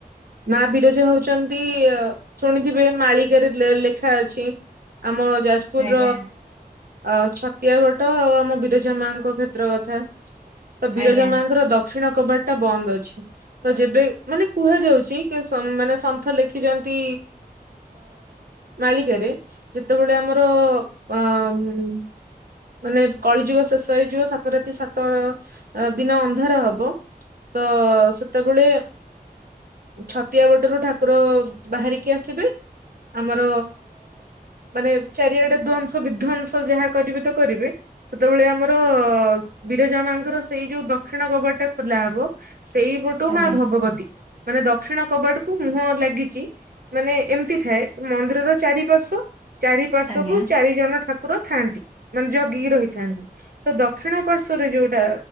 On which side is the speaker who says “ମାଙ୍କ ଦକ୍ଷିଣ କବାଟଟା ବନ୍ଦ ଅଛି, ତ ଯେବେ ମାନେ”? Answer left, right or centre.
Right